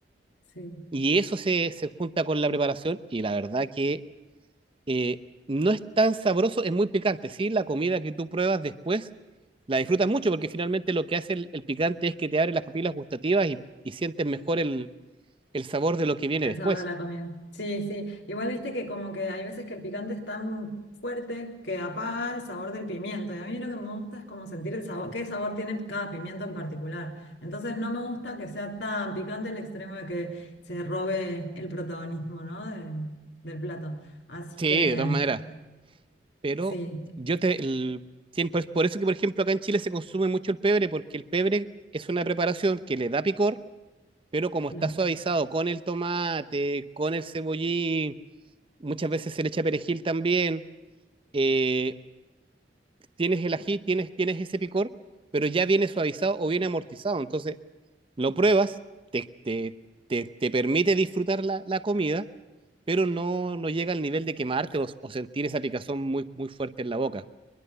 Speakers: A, on the left; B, on the right.
A: sí.
B: y eso se, se junta con la preparación y la verdad que eh, no es tan sabroso, es muy picante, ¿sí? La comida que tú pruebas después la disfrutas mucho porque finalmente lo que hace el, el picante es que te abre las papilas gustativas y, y sientes mejor el, el sabor de lo que viene
A: El
B: después.
A: sabor de la comida. Sí, sí. Igual viste que como que hay veces que el picante es tan fuerte que apaga el sabor del pimiento. Y a mí lo que me gusta es como sentir el sabor, qué sabor tiene cada pimiento en particular. Entonces no me gusta que sea tan picante el extremo de que se robe el protagonismo, ¿no? de- del plato. Así
B: Sí,
A: que
B: de todas maneras, pero
A: sí,
B: yo te... el- tien- por, por eso que, por ejemplo, acá en Chile se consume mucho el pebre porque el pebre es una preparación que le da picor pero como
A: claro.
B: está suavizado con el tomate, con el cebollín, muchas veces se le echa perejil también, eh, tienes el ají, tienes, tienes ese picor, pero ya viene suavizado o viene amortizado. Entonces, lo pruebas, te, te, te, te permite disfrutar la, la comida, pero no, no llega al nivel de quemarte o, o sentir esa picazón muy, muy fuerte en la boca.